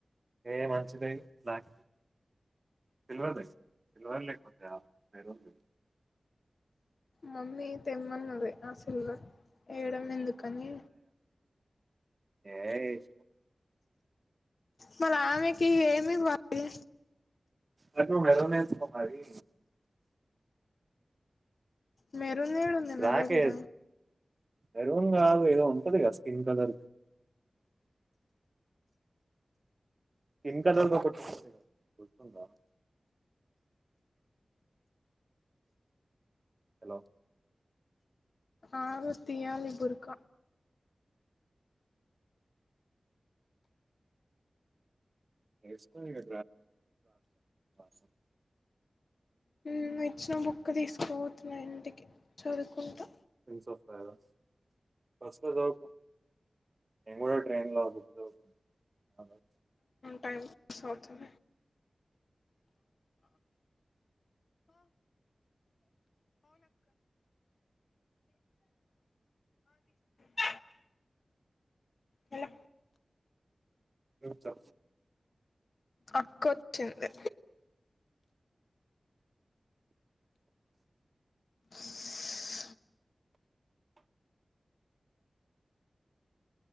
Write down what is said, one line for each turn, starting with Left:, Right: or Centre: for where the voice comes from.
Right: ఏ మంచిద బ్లాక్ సిల్వర్ దగ్గ సిల్వర్ లేకపోతేయా మీరుంది
Left: మమ్మీ తెమ్మన్నది ఆసల్ ఏడంమ ఎందు కానీ
Right: ఏయ్
Left: మళ్ళ ఆమెకీ ఏమివ్వాలి
Right: ఆ నువ్వు మెరూన్ వేసుకో మరీ
Left: మీ రన్ ఏడా ఉంది
Right: బ్లాక్
Left: నా దగ్గర
Right: ఏ మెరూన్ కాదు ఏదో ఉంటదిగా స్కిన్ కలర్ స్కిన్ కలర్ ది ఒకటి ఉంటుంది కదా గుర్తుందా హలో
Left: అగు తీయాలి బరుక
Right: ఏసుకో ఇగ <unintelligible>
Left: హు ఇచ్చిన బుక్ తీసుకుపోతున్నా ఇంటికి చదువుకుంటా
Right: ప్రిన్స్ ఆఫ్ పారస్ బస్ లో చదువుకో నేను కూడా ట్రైన్ లో బుక్ చదువు
Left: టైం అవుతుంది ఆ. హలో
Right: చ
Left: అక్క వచ్చింది స్